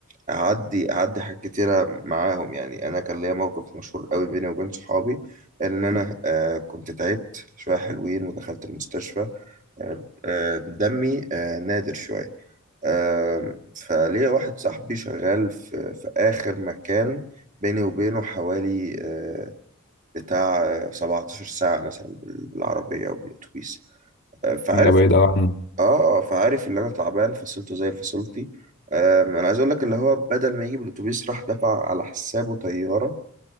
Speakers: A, on the right; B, on the left.
A: اعدي اعدي حاجات كتيره معاهم يعني انا كان ليا موقف مشهور قوي بيني وبين صحابي ان انا آه، كنت تعبت شويه حلوين ودخلت المستشفى آه، آه، دمي آه، نادر شويه آه، فليا واحد صاحبي شغال في في اخر مكان بيني وبينه حوالي آه، بتاع آه، 17 ساعة مثلا بال- بالعربية أو بالأتوبيس آه، فعارف
B: ده بعيد قوي عنه
A: اه اه فعارف اللي أنا تعبان فصلته زي فصلتي آه، أنا عايز أقول لك اللي هو بدل ما يجيب الأتوبيس راح دفع على حسابه طيارة